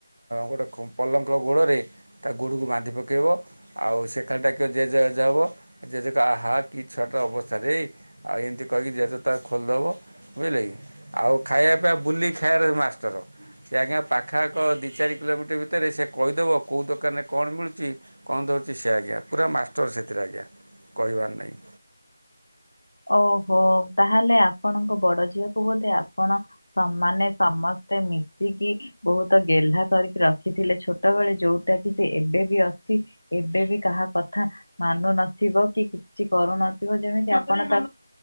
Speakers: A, on the right; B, on the left.
A: ଗୋଟେ ପଲଙ୍କ ଗୋଡ଼ରେ ତା ଗୋଡ଼କୁ ବାନ୍ଧି ପକାଇବ। ଆଉ ସେ ଖାଲି ଡାକିଵ ଜେଜେ ଜେଜେ ହ ଵ ଜେଜେ କହିବେ ଆଃ ଛୁଆଟା କି ଅବସ୍ଥା। ଛାତି ଆଉ ଏମିତି କହିକି ଜେଜେ ତାକୁ ଖୋଲିଦେବ ବୁଝିଲେ କି ଆଉ ଖାଇବା ପିଇବା ବୁଲିକି ଖାଇବା ର ମାଷ୍ଟର। ସେ ଆଜ୍ଞା ପାଖାଆଖ ଦି ଚାରି କିଲୋମିଟର ଭିତରେ ସେ କହିଦେବ କେଉଁ ଦୋକାନରେ କଣ ମିଳୁଛି। କଣ ଧରୁଛି ସେ ଆଜ୍ଞା ପୁରା ମାଷ୍ଟର ସେଥିରେ ଆଜ୍ଞା କହିବାର ନାହିଁ।
B: ଓହୋ ତାହେଲେ ଆପଣଙ୍କ ବଡ଼ ଝିଅକୁ ବୋଧେ ଆପଣ ସ‌ ମାନେ ସମସ୍ତେ ମିଶିକି ବହୁତ ଗେହ୍ଲା କରିକି ରଖିଥିଲେ ଛୋଟବେଳେ ଯୋଉଟା କି ସେ ଏବେ ବି ଅଛି। ଏବେ ବି କାହା କଥା ମାନୁ ନଥିବ କି କିଛି କରୁନଥିବ ଯେମି ସେ ଆପଣଙ୍କ